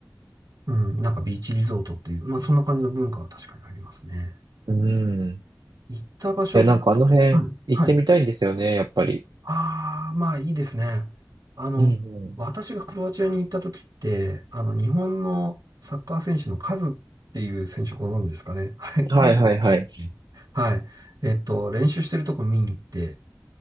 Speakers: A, on the right (about 60°); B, on the right (about 80°).
A: うん、なんかビーチリゾートっていう、まあ、そんな感じの文化は確かにありますね。
B: うん。うん。
A: 行った場所が、
B: や、なんかあの辺行ってみたいんですよね、
A: はい、はい。
B: やっぱり。
A: ああ、まあ、いいですね。あの、
B: うんう
A: 私がクロアチアに行った時って、あの、日本のサッカー選手のカズっていう選手ご存知ですかね。はい、彼が行った時ねはい。
B: ん。はいはいはい。
A: えっと、練習してるとこ見に行って、